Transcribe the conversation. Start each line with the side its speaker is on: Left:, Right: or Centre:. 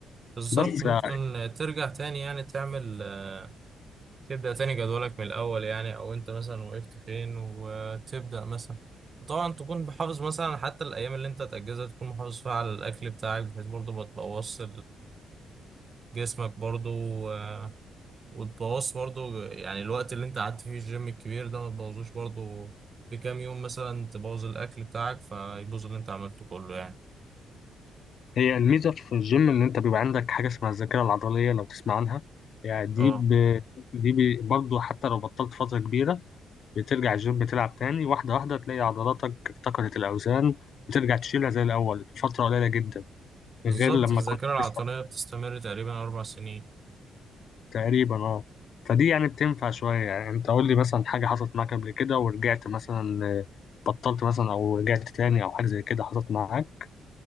Right: بالظبط
Left: بس
Right: ممكن
Left: <clears throat>
Right: ترجع تاني يعني تعمل آه، تبدأ تاني جدولك من الأول يعني أو أنت مثلا وقفت فين وتبدأ مثلا وطبعا تكون محافظ مثلا حتى الأيام اللي أنت تأجزها تكون محافظ فيها على الأكل بتاعك بحيث برضه ما تبوظش جسمك برضو آه، وتبوظ برضو يعني الوقت اللي انت قعدت فيه الجيم الكبير ده ما تبوظوش برضو بكام يوم مثلا تبوظ الاكل بتاعك فيبوظ اللي انت عملته كله يعني
Left: هي الميزة في الجيم إن أنت بيبقى عندك حاجة اسمها الذاكرة العضلية لو تسمع عنها يعني دي
Right: اه
Left: ب... دي ب... برضه حتى لو بطلت فترة كبيرة بترجع الجيم تلعب تاني واحدة واحدة تلاقي عضلاتك افتقدت الأوزان بترجع تشيلها زي الأول في فترة قليلة جدا غير
Right: بالظبط
Left: لما
Right: الذاكرة
Left: كنت
Right: العضلية
Left: لسه
Right: بتستمر تقريبا اربع سنين
Left: تقريبا اه فدي يعني بتنفع شوية يعني أنت قول لي مثلا حاجة حصلت معاك قبل كده ورجعت مثلا آه، بطلت مثلا أو رجعت تاني أو حاجة زي كده حصلت معاك